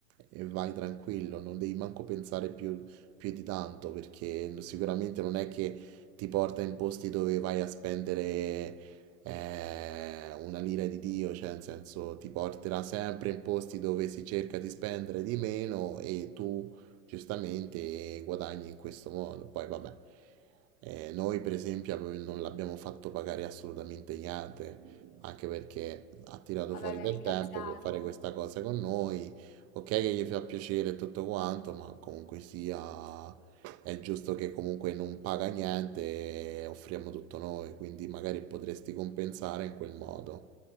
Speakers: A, on the right; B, on the left.
A: e vai tranquillo, non devi manco pensare più, più di tanto perché sicuramente non è che ti porta in posti dove vai a spendere eh, una lira di Dio, cioè nel senso ti porterà sempre in posti dove si cerca di spendere di meno e tu giustamente guadagni in questo modo. Poi vabbè, eh, noi per esempio ab- non l'abbiamo fatto pagare assolutamente niente, anche perché ha tirato
B: vabbè,
A: fuori
B: per
A: del
B: ringraziarlo.
A: tempo per fare questa cosa con noi. Ok che gli fa piacere e tutto quanto, ma comunque sia è giusto che comunque non paga niente e offriamo tutto noi, quindi magari potresti compensare in quel modo.